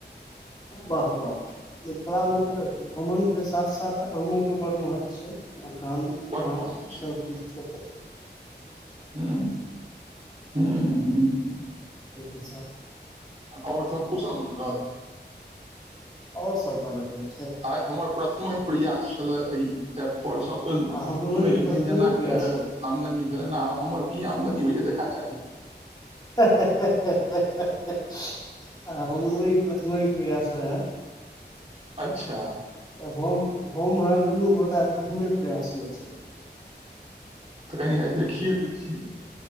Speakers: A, on the left; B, on the right.
A: वाह वाह मिथिला में तऽ भ्रमण के साथ साथ आमो के बड़ महत्व छै मखान
B: बड
A: माछ
B: महत्व
A: सब चीज खेतै
B: ह्म ह्म ह्म ह्म
A: ठीक सर
B: और सब कुशल मङगल
A: और सब बड बढ़िया छै
B: आइ हमर प्रथम प्रयास छल इ एप पर सबके
A: आ हमरो
B: सुने
A: ई
B: छलियनि
A: प्रथमे
B: जे एना
A: प्रयास
B: के
A: रहै
B: आमदनी भेल्हनि हें आ हमर की आमदनी होइया देख खा चाही
A: हे हे हे हे हेहे हे आ हमरो इ प्रथमे ही प्रयास रहैै
B: अच्छा
A: तऽ हम हम आहाँ दुनू गोटा प्रथमे प्रयास में छि
B: तऽ कनि आइ देखिए लै छियै